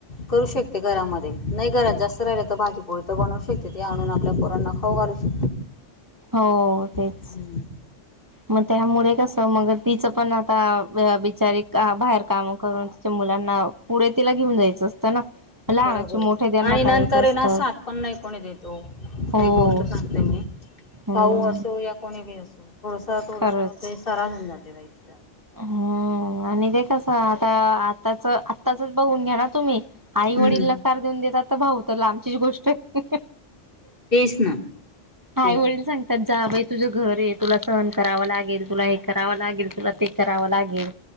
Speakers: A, on the left; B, on the right.
A: करू शकते घरामध्ये नाही घरात जास्त राहिले तर भाजीपोळी तर बनवू शकते ते आणून आपल्या पोरांना खाऊ घालू शकते
B: हो तेच
A: शकते
B: मग त्या मु कस मग तिचं पण आता बिचारी बाहेर कामं करून त मुलांना पुढे तिला घेऊन जायचं असतं ना लहानाचे
A: बरोबर
B: मोठे त्यांना
A: आणि नंतर
B: करायचं असतं
A: ये ना सात पण नाही कोणी द येतो
B: हो
A: एक गोष्ट सांगते मी
B: हम्म
A: भाऊ असो या कोणी बी असो थोडसा थोडसा
B: खरंच
A: ते सरा नऊ जातेहिला
B: हम्म आणि ते कस आता आताच आताच बघून घ्या ना तुम्ही आई वडीललाकार
A: हम्म
B: देऊन देतता तर भाऊत ला आंबचीच गोष्ट आहे
A: तेच ना
B: आई
A: ते
B: वडील सांगतात जाव तुझं घर आहे तुला सहन करावं लागेल तुला हे करावं लागेल तुला ते करावं लागेल